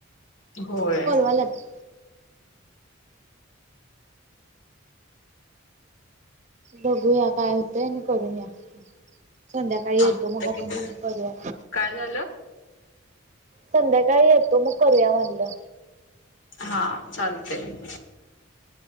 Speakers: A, on the left; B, on the right.
A: होय.
B: पालग <unintelligible> बघूया काय होतय आणि करून या. संध्याकाळी
A: हा
B: येतो मग
A: तर
B: आपण
A: किती
B: करूया.
A: काय झालं?
B: संध्याकाळी येतो मग करूया म्हणलं.
A: हा चालतय.